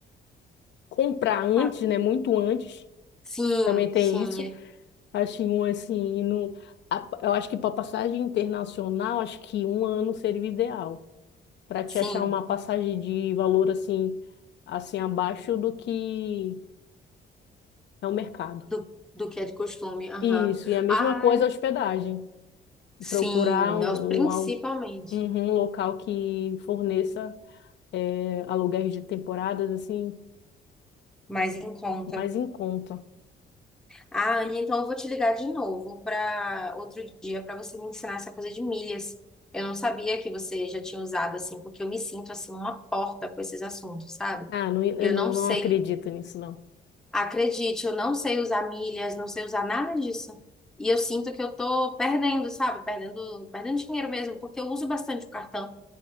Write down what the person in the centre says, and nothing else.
Ah,
sim,
sim.
é-
Sim.
Do, do que é de costume. Aham.
ah
sim.
nós- Principalmente.
Mais em conta.
Ah, Anne, então eu vou te ligar de novo para outro dia para você me ensinar essa coisa de milhas. Eu não sabia que você já tinha usado assim, porque eu me sinto assim uma porta com esses assuntos, sabe?
Eu
não
sei,
acredite, eu não sei usar milhas, não sei usar nada disso. E eu sinto que eu tô perdendo, sabe? Perdendo, perdendo dinheiro mesmo, porque eu uso bastante o cartão.